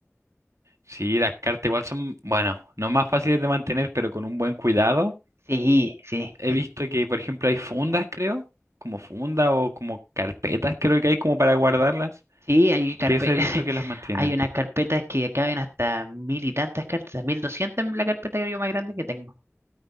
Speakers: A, on the right; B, on the right.
A: Sí, las cartas igual son, bueno, no más fáciles de mantener, pero con un buen cuidado.
B: Sí, sí,
A: He visto que, por ejemplo, hay fundas, creo, como funda o como carpetas, creo que hay como para guardarlas,
B: sí, hay carpe-
A: que eso he
B: <laughs>
A: visto que las mantienen.
B: hay unas carpetas que caben hasta mil y tantas cartas, mil doscientas en la carpeta que yo más grande que tengo.